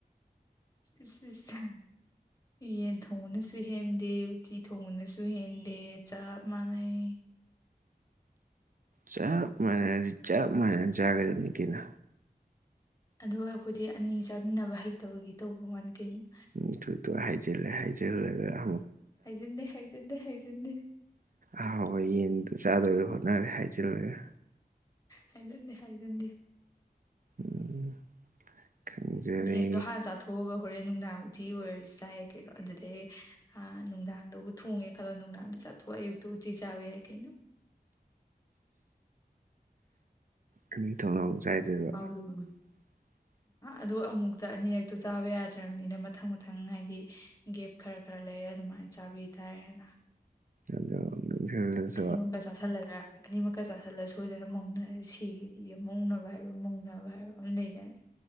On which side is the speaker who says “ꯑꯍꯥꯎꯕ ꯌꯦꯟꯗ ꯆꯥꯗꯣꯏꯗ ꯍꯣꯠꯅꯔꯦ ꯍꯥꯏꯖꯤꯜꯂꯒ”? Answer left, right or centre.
Right